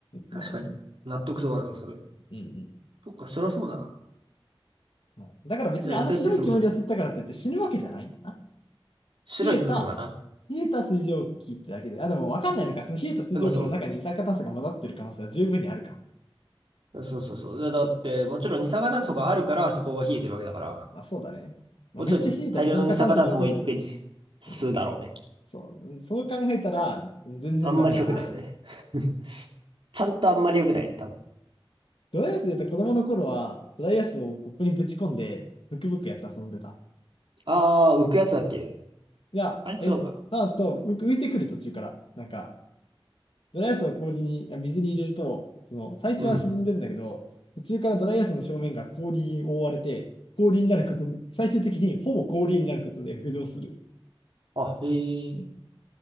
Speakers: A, on the right; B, on the left.
A: 確かに納得そうだな、
B: の。
A: それ。
B: うんうん。
A: そっか、そりゃそうだな。
B: うだから別にあの白い煙を吸ったからって言って死ぬわけじゃないんだな。
A: じゃあ液体窒素もそう。白い部分はな。
B: 冷えた、冷えた水蒸気ってだけで、あ、でもわかんないのか。その冷えた水蒸気の中に二酸化炭素が混ざってる可能性は十分にあるか。
A: でもそう、そうそうそう。だだって、もちろん二酸化炭素があるからそこが冷えてるわけだから、
B: まあそうだね。まあ、
A: もちろん大量の二酸化炭素もいっぺんに
B: めっちゃ冷えた二酸化炭素によって冷やされてる。
A: 吸うだろうね。
B: うん。そう。そう考えたら、全然ダメだな。
A: あんまり良くないね。<laughs> ちゃんとあんまり良くないね、多分。
B: ドライアイスで言うと子供の頃は、ドライアイスをコップにぶち込んで、ブクブクやって遊んでた。
A: あー、浮くやつだっけ
B: いや、
A: あれ違うかな。
B: え、あと、浮浮いてくる途中から、なんか、ドライアイスを氷に、あ水に入れると、その、最初は沈んでんだけど、
A: うん。
B: 途中からドライアイスの正面が氷に覆われて、氷になることに、最終的にほぼ氷になることで浮上する。
A: あ、へえ。
B: うん。